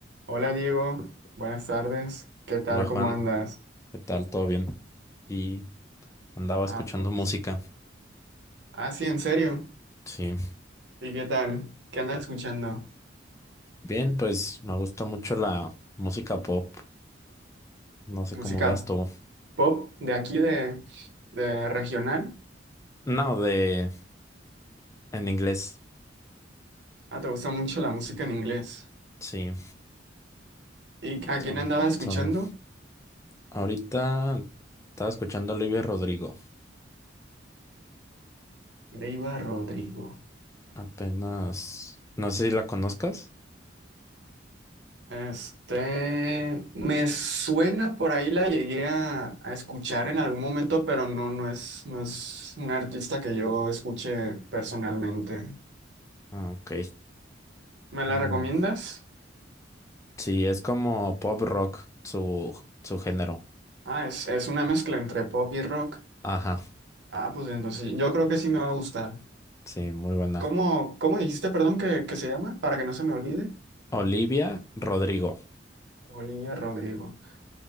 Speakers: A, on the right; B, on the left.
A: Hola Diego, buenas tardes. ¿Qué tal?
B: Hola Juan,
A: ¿Cómo andas?
B: ¿qué tal? ¿Todo bien? Y andaba
A: Ah,
B: escuchando
A: pues.
B: música.
A: Ah, sí, en serio.
B: Sí.
A: ¿Y qué tal? ¿Qué andas escuchando?
B: Bien, pues me gusta mucho la música pop. No sé
A: ¿Música
B: cómo veas tú.
A: pop de aquí, de, de regional?
B: No, de en inglés.
A: Ah, ¿te gusta mucho la música en inglés?
B: Sí,
A: ¿Y a
B: son,
A: quién andabas escuchando?
B: son. Ahorita estaba escuchando a Olivia Rodrigo.
A: Leiva Rodrigo.
B: Apenas. No sé si la conozcas.
A: Este, me suena por ahí, la llegué a, a escuchar en algún momento, pero no, no es, no es una artista que yo escuche personalmente.
B: Ah, ok.
A: ¿Me la
B: Mm,
A: recomiendas?
B: Sí, es como pop rock, su, su género.
A: Ah, es, es una mezcla entre pop y rock.
B: Ajá.
A: Ah, pues entonces yo creo que sí me va a gustar.
B: Sí, muy buena.
A: ¿Cómo, cómo dijiste, perdón, que, que se llama? Para que no se me olvide.
B: Olivia Rodrigo.
A: Olivia Rodrigo.